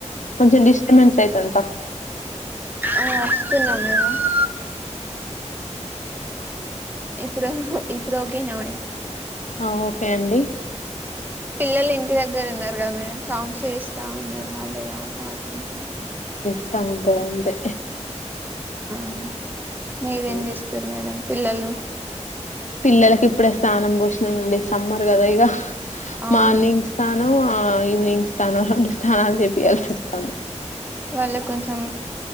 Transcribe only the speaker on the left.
కొంచం డిస్టర్బెన్స్ అవుతుంది
ఆ ఓకే అండి
ఇస్తా ఉంటది అంతే
ఉమ్.
పిల్లలలకు ఇప్పుడే స్నానం పోషినండి సమ్మర్ కదా ఇగ
మార్నింగ్ స్థానం ఆ ఈవనింగ్ స్థానం రెండు స్థానాలు చెప్పియాల్సి వస్తాంది